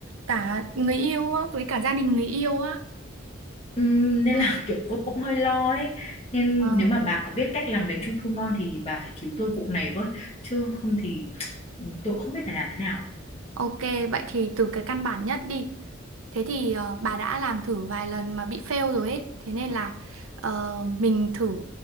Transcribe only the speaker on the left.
Ừm, nên
là <laughs> kiểu tôi cũng hơi lo ấy. Nên
nếu mà bà có biết cách làm bánh trung thu ngon thì bà phải cứu tôi vụ này với. Chứ không thì <tsk> tôi cũng không biết phải làm thế nào.